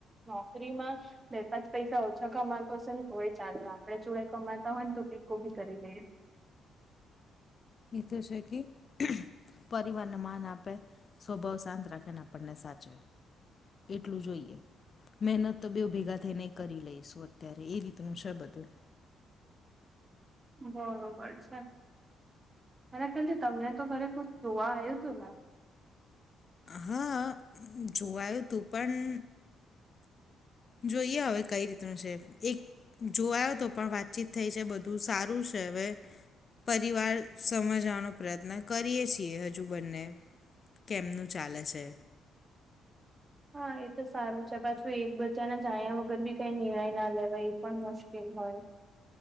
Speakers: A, on the right; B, on the left.
A: નોકરીમાં બે પાચ પૈસા ઓછા કમાતો હશે ને તોય ચાલલે આપડે જોડે કમાતા હોય ને તો ટેકો ભી કરી લઈએ
B: એતો છે કી પરિવારને માન આપે સ્વભાવ શાંત રાખીને આપણને સાચવે એટલું જોઈએ મહેનત તો બે ભેગા થઈને કરી લઈશું અત્યારે એ રીતનું છે બધું
A: બરોબર છે અને ક તમને તો ખરે જોવા આવ્યું હતું ને
B: હા જોવાયું હતું પણ જોઈએ હવે કઈ રીતનું છે એક જોવાયો તો પણ વાતચીત થઈ છે બધું સારું છે હવે પરિવાર સમજવાનો પ્રયત્ન કરીએ છીએ હજુ બંને કેમનું ચાલે છે
A: હા એ તો સારું છે પાછુ એકબજાના જાણ્યા વગર બી કઈ નિર્ણય ના લેવાય એ પણ મુશ્કેલ હોય